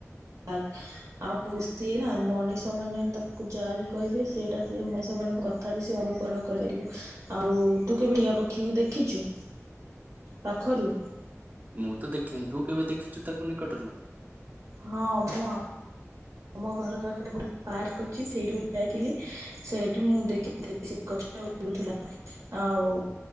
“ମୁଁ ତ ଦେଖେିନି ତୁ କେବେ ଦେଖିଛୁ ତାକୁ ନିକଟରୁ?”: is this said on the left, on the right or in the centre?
Right